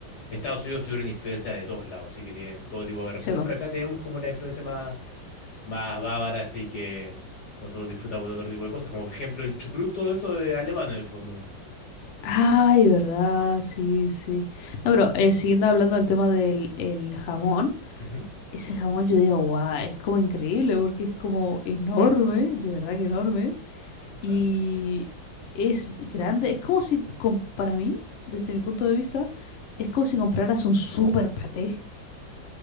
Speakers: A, on the left; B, on the left.
A: Estados Unidos tuvieron influencia de todos lados, así que tienen todo tipo de aberraciones,
B: Sí, po.
A: pero acá tenemos como la influencia más, más bávara, así que nosotros disfrutamos de otro tipo de cosas, como por ejemplo el chucrut, todo eso de alemán en el fondo.
B: Ay, verdad, sí, sí. No, pero eh, siguiendo hablando del tema del el jamón,
A: Ujú.
B: ese jamón yo digo, guau, es como increíble porque es como enorme, de verdad que enorme,
A: Exacto.
B: y es grande, es como si, com- para mí, desde mi punto de vista, es como si compraras un super paté.